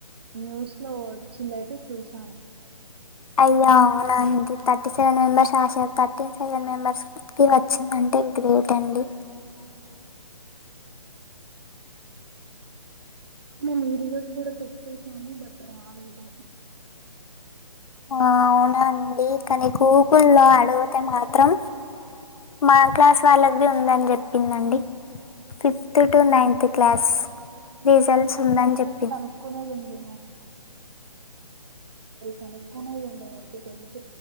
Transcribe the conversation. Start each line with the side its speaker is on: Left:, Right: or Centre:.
Right: న్యూస్ లో వచ్చిందయితే చూసాను
Left: అయ్యా అవున అండి థర్టీ సెవెన్ మెంబెర్స్ రాశారు థర్టీ సెవెన్ మెంబర్స్ కి వచ్చిందండి అంటే గ్రేట్ అండి
Right: మీ రిజల్స్ కూడా పెట్టేసాము బట్ రాలేదు
Left: ఆ అవునండి కానీ గూగుల్లో అడిగితే మాత్రం మా క్లాస్ వాళ్ళది ఉందని చెప్పిందండి ఫిఫ్త్ టు నైన్త్ క్లాస్
Right: మీ
Left: రిజల్ట్స్
Right: క్లాస్ వాళ్ళకి
Left: ఉందని
Right: ఒకసారి
Left: చెప్పింది
Right: కనుక్కునేదిండి కనుక్కునేది ఉండే ఒకసారి